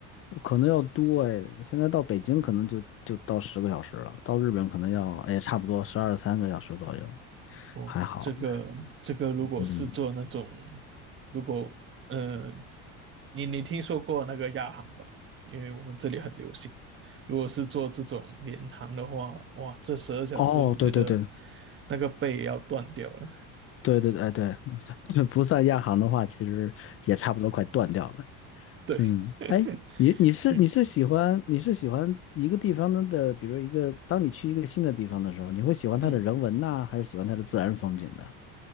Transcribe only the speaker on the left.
可能要多哎，我现在到北京可能就就到十个小时了，到日本可能要哎差不多十二三个小时左右，
还好呢。
嗯，
哦，对对对
对对对哎对，<laughs> 这不算亚航的话，其实也差不多快断掉了。
嗯，
哎，你你是你是喜欢你是喜欢一个地方的，
比如一个，当你去一个新的地方的时候，你会喜欢它的人文呐，
还是喜欢它的自然风景呢？